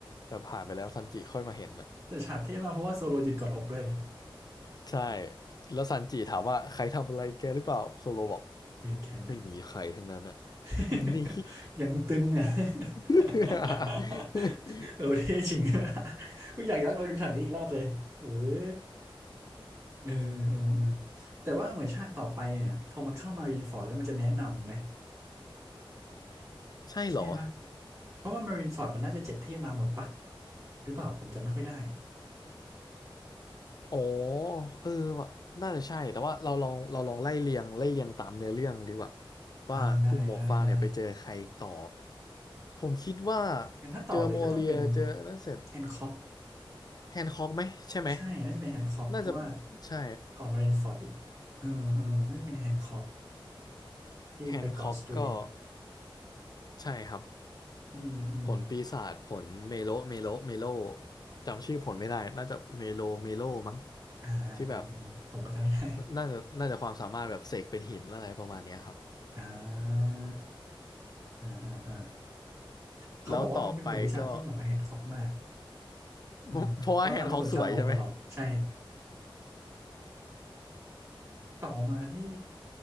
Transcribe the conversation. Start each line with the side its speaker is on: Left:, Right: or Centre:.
Left: แบบผ่านไปแล้วซันจิค่อยมาเห็นอะ
Right: แต่ฉากเท่มากเพราะว่าโซโลยืนกอดอกด้วยดิ
Left: ใช่แล้วซันจิถามว่าใครทำอะไรแกหรือเปล่าโซโลบอก
Right: ยืนแข็งอ่ะ
Left: ไม่มีใครทั้งนั้นอะ
Right: <laughs>
Left: นี่
Right: ยังตึงอ่ะ
Left: <laughs>
Right: <laughs> เออเท่จริง <laughs> กูอยากย้อนกับไปดูฉากนี้อีกรอบเลยโอ้ยเออเออเออแต่ว่าเหมือนฉากต่อไปเนี่ยพอมันเข้ามารีนฟอร์ดแล้วมันจะแนะนำไหม
Left: ใช่เหรอ
Right: ใช่ป่ะเพราะว่ามารินฟอร์ดมันน่าจะเจ็ดที่มาหมดป่ะหรือเปล่าผมจำไม่ค่อยได้
Left: อ๋อเออว่ะน่าจะใช่ แต่ว่าเราลองเราลองไล่เรียงไล่เรียงตามเนื้อเรื่องดีกว่า
Right: อ่าได้ได้ได้
Left: ว่ากลุ่มหมวกฟางเนี่ยไปเจอใครต่อ ผมคิดว่า
Right: งั้นถ้าต่อเลยก็ต้องเป็น
Left: เจอโมเรียเจอนั่นเสร็จ
Right: แฮนค็อก
Left: แฮนค็อกไหมใช่ไหม
Right: ใช่น่าจะเป็นแฮนค็อกเพราะว่า
Left: น่าจะใช่
Right: ก่อนมารินฟอร์ดอีกเออเออน่าจะเป็นแฮนค็อกที่ไปเกาะสตรี
Left: แฮนค็อกก็ใช่ครับ
Right: อืมอืม
Left: ผลปีศาจผลเมโลเมโลเมโลจำชื่อผลไม่ได้ น่าจะเมโลเมโลมั้ง
Right: อ่าอ่าอ่าอืมผมก็จำไม่ได้
Left: ที่แบบ น่าจะน่าจะความสามารถแบบเสกเป็นหินอะไรประมาณเนี้ยครับ
Right: อ่าอ่าอ่าอ่าเขาบอกว่ามันเป็นผลปีศาจที่เหมาะกับแฮนค็อกมาก
Left: แล้วต่อไปก็ <laughs>
Right: อืมเพราะทำให้คนจ้องมองตลอดใช่
Left: เพราะว่าแฮนด์ค็อกสวยใช่ไหม
Right: ต่อมาที่